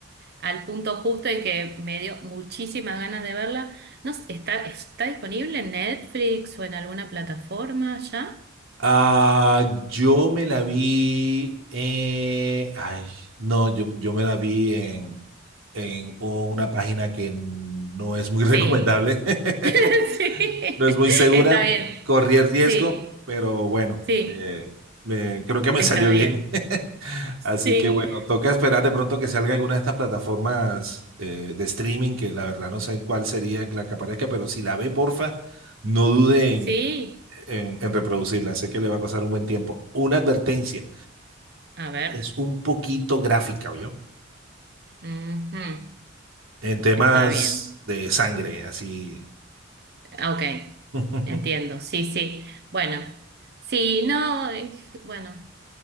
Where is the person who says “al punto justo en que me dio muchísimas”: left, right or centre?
Right